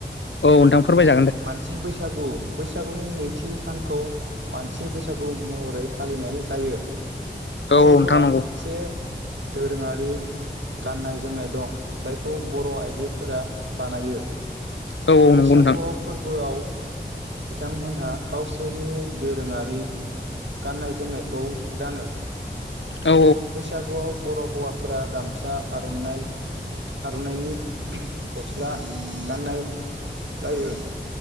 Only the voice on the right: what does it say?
मानसि बैसागु बैसागुनि नैथि सान खौ मानसि बैसागु महरै फालिनाय जायो
बर'फोरा
मोनसे दोरोङारि गाननाय जोमनाय दं जायखौ बर' आइजोफोरा बानायो
बैसागुयाव
गोयाव बिथांमोनहा गावसोरनि दोरोङारि गाननाय जोमनायखौ गानो
बैसागुआव बर' हौवाफोरा गामसा आर'नाइ आर'नाइनि गस्ला गाननाय जायो